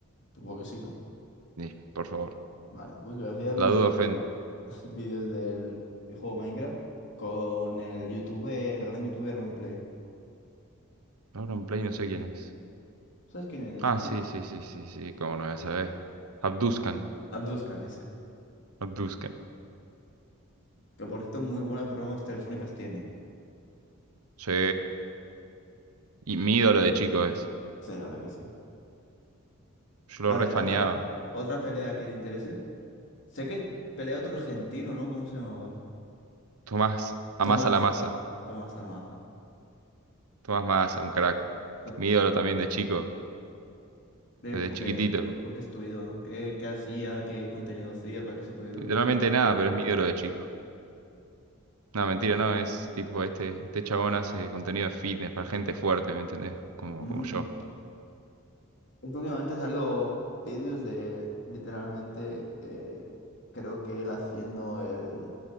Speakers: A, on the left; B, on the right.
A: Supongo que sí, ¿no?
B: Y, por favor.
A: Vale, pues yo hacía vídeos
B: La duda
A: de
B: ofende.
A: <laughs> vídeos del videojuego Minecraft con el youtuber, el gran youtuber Romplay.
B: Auron Play no sé quién es.
A: ¿Sabes quién es?
B: Ah, sí, sí, sí, sí, sí. Cómo no voy a saber. Abduzcan.
A: Abduzcan ese.
B: Abduzcan.
A: Que por cierto, muy buenas bromas telefónicas tiene.
B: Sí. Y mi ídolo de chico es.
A: Sí, la verdad que sí.
B: Yo
A: Vale,
B: lo refaneaba.
A: otra, otra pelea que te interese. Sé que pelea otro argentino, ¿no? ¿Cómo se llamaba?
B: Tomás Amasa
A: Tomás.
B: la masa.
A: Tomás Alamaza.
B: Tomás Massa, un crack.
A: Co-
B: Mi ídolo también de chico.
A: de-
B: Desde
A: ¿Por
B: chiquitito.
A: qué? ¿Por, por qué es tu ídolo? ¿no? ¿Qué, qué hacía? ¿Qué contenido hacía para que sea tu ídolo?
B: Literalmente nada, pero es mi ídolo de chico. No, mentira,
A: Sí.
B: no, es tipo este, este chabón hace contenido fitness para gente fuerte, ¿me entendés? Como,
A: Mm.
B: como yo.
A: Es que Últimamente salgo vídeos de literalmente, eh, creo que él haciendo el,